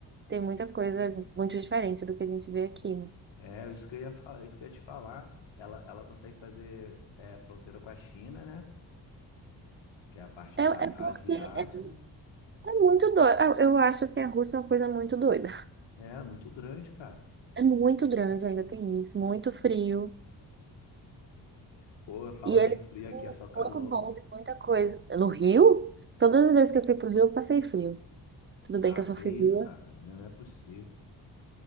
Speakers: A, on the right; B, on the left.
A: tem muita coisa muito diferente do que a gente vê aqui, né?
B: É, isso que eu ia falar, isso que eu ia te falar. Ela, ela consegue fazer é, fronteira com a China, né? Que é a parte
A: É,
B: da
A: é porque
B: asiática.
A: é, é muito doido. Eu eu acho assim, a Rússia é uma coisa muito doida.
B: É, muito grande, cara.
A: É muito grande, ainda tem isso, muito frio.
B: Pô, falando
A: E eles
B: em frio aqui
A: são
B: é só calor,
A: muito bons
B: mano.
A: em muita coisa. No Rio, todas as vezes que eu fui pro Rio, eu passei frio. Tudo bem
B: Ah,
A: que eu sou
B: que
A: fria.
B: isso, cara? Não é possível.